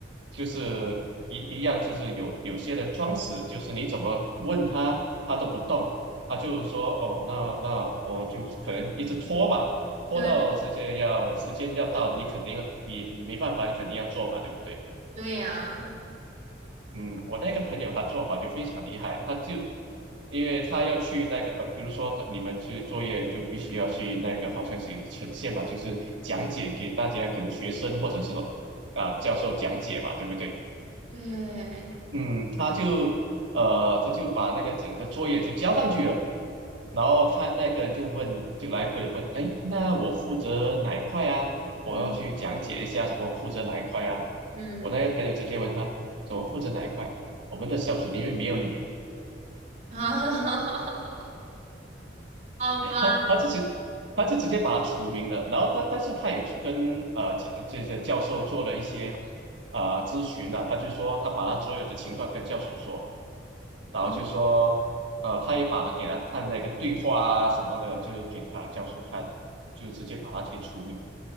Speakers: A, on the right; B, on the right.
A: 就是一一样，就是有有些人装死，就是你怎么问他，他都不动，他就说哦，那那我就可能一直拖吧，拖到时间要时间要到，
B: 对
A: 你肯定也你没办法，你肯定要做嘛，对不对？
B: 对呀，
A: 嗯，我那个朋友他做法就非常厉害，他就因为他要去那个呃，比如说他你们去作业就必须要去那个好像是呈现嘛，就是讲解给大家，可能学生或者是啊、教授讲解嘛，对不对？
B: 对，
A: 嗯，他就呃，他就把那个整个作业就交上去了，然后他那个人就问，就来过来问，哎，那我负责哪一块啊？我要去讲解一下什么负责哪一块啊？
B: 嗯嗯，
A: 我那个朋友直接问他，什么负责哪一块？我们的小组里面没有你啊。
B: <laughs> 啊，哈哈哈好吧，
A: 他他就直他就直接把他除名了。然后他但是他也跟呃教这些教授做了一些啊、咨询啊，他就说他把他所有的情况跟教授说，然后就说呃他也把他给他看那个对话啊什么的，
B: 嗯
A: 就给他教授看，就直接把他给除名了。